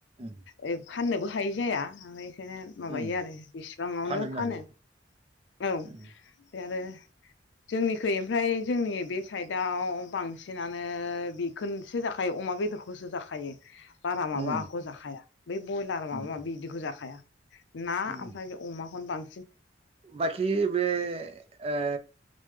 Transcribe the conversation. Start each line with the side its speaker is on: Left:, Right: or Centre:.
Right: उम
Left: ओ फाननोबो हायि जाया ओमफ्राय <unintelligible> माबायो
Right: उम
Left: आरो बेसेबाङावनो
Right: फानजोबनो
Left: फानो
Right: हायो
Left: औ ओमफ्राय
Right: उम
Left: आरो जोंनि खै ओमफ्राय जोंनि बे साइडआव बांसिनानो बिखोनसो जाखायो अमा बेदरखौ सो जाखायो, बारा माबाखौ
Right: उम
Left: जाखाया बै बयलार
Right: उम
Left: माबा माबि इदिखौ जाखाया। ना
Right: उम
Left: ओमफ्राय बे अमाखौनो बां
Right: बाखि बे ओ